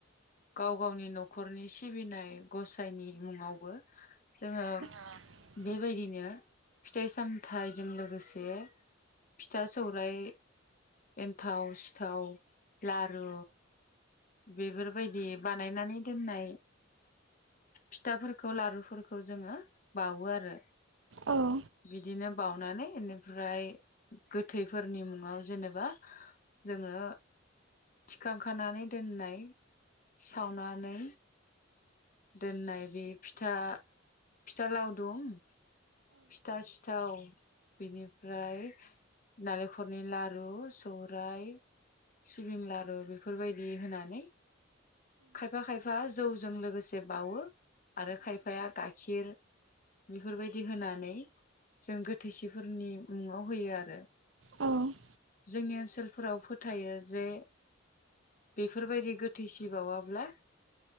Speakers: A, on the left (about 45°); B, on the right (about 75°).
A: गाव गावनि न'खरनि सिबिनाय गसायनि मुङावबो जोङो
B: <unintelligible>
A: बेबायदिनो फिथाइ सामथाइजों लोगोसे फिथा सौरायाइ एन्थाव सिथाव लारु बेफोरबायदि बानायनानै दोननाय फिथाफोरखौ लारुफोरखौ जोङो बावो आरो। आरो
B: आरो
A: बिदिनो बानानै बेनिफ्राय गोथैफोरनि मुं आव जेनेबा जोङो थि खांखानानै दोननाय सावनानै, दोननाय बे फिथा फिथा लावदुम फिथा, सिथाव बेनिफ्राय नालेंखलनि लारु, सौराय सिबिं लारु बेफोरबायदि होनानै, खायफा खायफा जौजों लोगोसे बावो आरो खायफाया गाइखेर, बेफोरबायदि होनानै जों गोथैसिफोरनि मुङाव होयो आरो आरो
B: बेफोरबायदि बेनि
A: जोंनि ओनसोलफोराव फोथायो जे, बेफोरबायदि गोथैसि बावाब्ला,